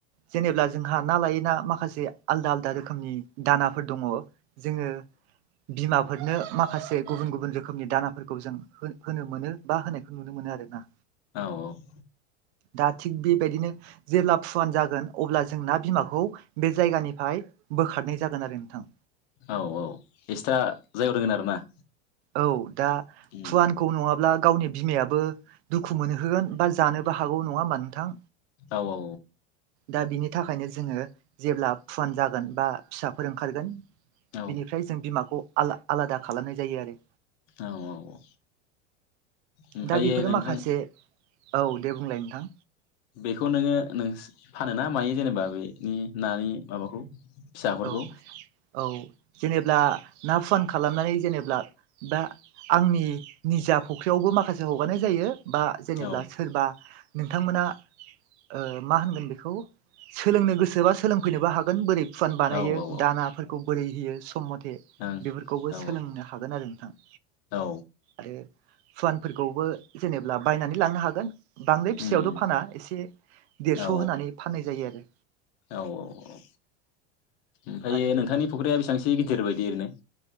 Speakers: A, on the right; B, on the left.
A: जेनेब्ला जोंहा ना लायै ना माखासे आलदा आलदा रोखोमनि दानाफोर दङ। जोङो बिमा फोरनो माखासे गुबुन गुबुन रोखोमनि दानाफोरखौ जों होनो मोनो बा होनायखौ नुनो मोनो आरोना।
B: औ औ।
A: दा थिग बेबायदिनो जेब्ला फुवान जागोन अब्ला जोंना बिमाखौ बे जायगानिफाय बोखारनाय जागोन आरो नोंथां।
B: औ औ एक्सट्रा जायगायाव दोनगोन आरोना।
A: औ दा
B: उम
A: फुवान खौ नङाब्ला गावनि बिमायाबो दुखु मोनहोगोन बा जानोबो हागौ नङा होमबा नोंथां।
B: औ औ।
A: दा बिनि थाखायनो जोङो जेब्ला फुवान जागोन बा फिसाफोर ओंखारगोन
B: औ
A: बिनिफ्राय जों बिमाखौ आला आलादा खालामनाय जायो आरो।
B: औ औ औ। ओमफ्रायो
A: दा बेफोरो
B: नोंथां
A: माखासे औ दे बुंलाय नोंथां।
B: बेखौ नोङो नों फानोना मायो जेनेबा बेनि नानि माबाखौ? फिसाफोरखौ
A: औ औ जेनेब्ला ना फुवान खालामनानै जेनेब्ला दा आंनि निजा फुख्रियावबो माखासे हगारनाय जायो बा जेनेबा
B: औ
A: सोरबा नोंथांमोना ओ मा होनगोन बेखौ सोलोंनो गोसोबा सोलोंफैनोबो हागोन बोरै फुवान बानायो
B: औ औ
A: दानाफोरखौ बोरै होयो सम मथे
B: ओं
A: बेफोरखौबो
B: औ
A: सोलोंनो हागोन आरो नोंथां।
B: औ।
A: आरो फुवानफोरखौबो जेनेब्ला बायनानै लांनो हागोन। बांद्राय फिसायावथ'
B: उम
A: फाना एसे देरस'
B: औ
A: होनानै फाननाय जायो आरो।
B: औ औ औ ओमफायो
A: आरो
B: नोंथांनि फख्रिया बेसांसि गिदिर बायदि ओरैनो?